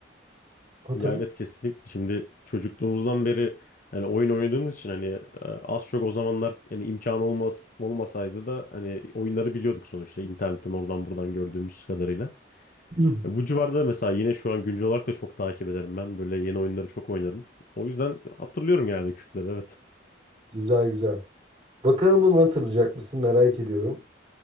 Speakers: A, on the right (about 30°); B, on the left (about 50°).
A: hatırlıyorsun.
B: Ya evet kesinlikle şimdi çocukluğumuzdan beri hani oyun oynadığımız için hani e, az çok o zamanlar yani imkan olmaz olmasaydı da hani oyunları biliyorduk sonuçta internetten oradan buradan gördüğümüz kadarıyla.
A: <clears throat>
B: E, bu civarda mesela yine şu an güncel olarak da çok takip ederim ben böyle yeni oyunları çok oynarım. O yüzden hatırlıyorum genelde kütleri evet.
A: Güzel güzel. Bakalım bunu hatırlayacak mısın merak ediyorum.